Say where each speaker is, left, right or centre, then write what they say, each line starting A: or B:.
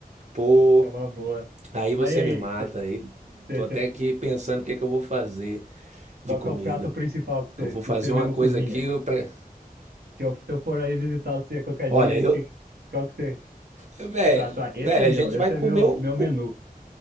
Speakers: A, on the right; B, on the right.
A: Pô,
B: é uma boa.
A: Aí
B: Mas
A: você
B: e aí,
A: me mata.
B: você,
A: Aí
B: você,
A: tô até
B: você-
A: aqui pensando o que que eu vou fazer de
B: qual
A: comida.
B: que é o prato principal que você,
A: Que eu vou
B: que
A: fazer
B: você mesmo
A: uma coisa
B: cozinha?
A: aqui pra...
B: Se eu, se eu for aí visitar você qualquer
A: Olha,
B: dia, aí,
A: eu,
B: que, qual que você,
A: eu- velho,
B: prato? Ah, esse
A: velho,
B: é meu,
A: a gente
B: esse
A: vai comer
B: é meu,
A: o,
B: meu menu.
A: o,